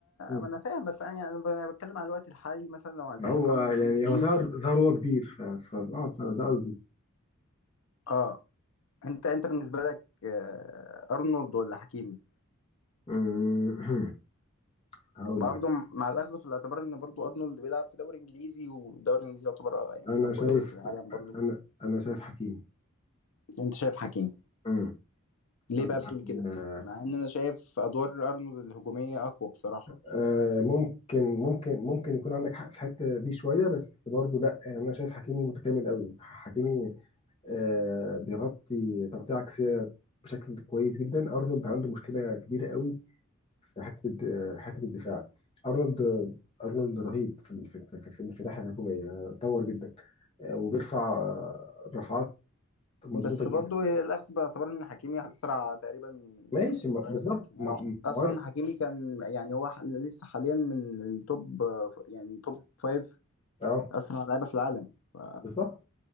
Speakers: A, on the left (about 25°); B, on the left (about 75°).
A: مم.
B: ما انا فاهم بس انا يعني انا بتكلم على الوقت الحالي مثلا لو عايزين
A: هو
B: نقارن ما
A: يعني
B: بين اتنين
A: هو ظهر ظهر هو كبير ف ف- اه فده قصدي
B: اه انت انت بالنسبه لك آه، ارنولد ولا حكيمي
A: مم. <clears throat> هقول
B: برضه
A: لك
B: مع الاخذ في الاعتبار ان برضه ارنولد بيلعب في دوري انجليزي والدوري الانجليزي يعتبر يعني
A: انا
B: اقوى
A: شايف
B: دوري في العالم برضه
A: انا انا شايف حكيمي
B: انت شايف حكيمي
A: امم
B: ليه
A: لو تضحك
B: بقى بتقول كده
A: آه،
B: مع ان انا شايف ادوار ارنولد الهجوميه اقوى بصراحه
A: آه، ممكن ممكن ممكن يكون عندك حق في الحته دي شويه بس برضو لا يعني انا شايف حكيمي متكامل قوي حكيمي آه، بيغطي تغطيه عكسيه بشكل كويس جدا ارنولد عنده مشكله كبيره قوي في حته الد- حته الدفاع ارنولد ارنولد رهيب في ال- في في في, في الناحيه الهجوميه يعني اتطور جدا آه، وبيرفع آه، رفعات مظبوطه
B: بس
A: جدا
B: برضو الاخذ باعتبار ان حكيمي اسرع تقريبا
A: ماشي
B: آه،
A: ما- بالظبط
B: رايت يعني
A: ما- ما-
B: اصلا حكيمي كان يعني هو ح- لسه حاليا من التوب آه، ف- يعني توب فايف
A: اه
B: اسرع لعيبه في العالم ف-
A: بالظبط